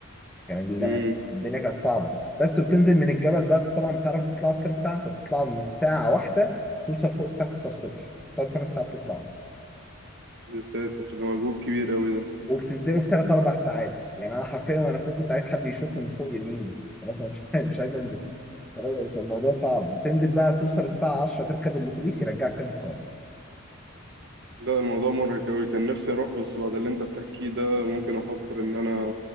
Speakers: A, in the centre; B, on the right.
A: كان
B: امم
A: ال- الدنيا كانت صعبة بس وبتنزل من الجبل بقى أنت طبعا بتعرف تطلعوا في كام ساعة أنت بتطلع من الساعة واحدة توصل فوق الساعة 6 الصبح تقعد خمس ساعات تطلع
B: يا ساتر ده مجهود كبير قوي ده
A: وبتنزله في ثلاث اربع ساعات يعني انا حرفيا وانا فوق كنت عايز حد يشوطني من فوق يرميني خلاص انا مش <laughs> عايز مش عايز انزل خلاص الموضوع صعب تنزل بقى توصل الساعه 10 تركب الاتوبيس يرجعك تاني القاهره
B: لا الموضوع مرهق أوي كان نفسي أروح بس بعد اللي أنت بتحكيه ده ممكن أفكر إن أنا